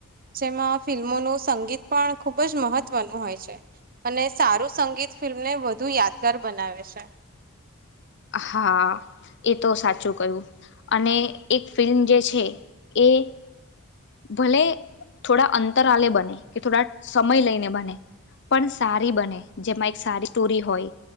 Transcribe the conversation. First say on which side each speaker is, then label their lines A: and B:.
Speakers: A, on the right; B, on the left.
A: જેમાં ફિલ્મોનું સંગીત પણ ખુબ જ મહત્વનું હોય છે. અને સારું સંગીત ફિલ્મને વધુ યાદગાર બનાવે છે.
B: હા, એ તો સાચું કહું અને એક ફિલ્મ જે છે એ બે ભલે થોડા અંતર આલે બને કે થોડા સમય લઈને બને પણ સારી બને જેમાં એક સારી સ્ટોરી હોય,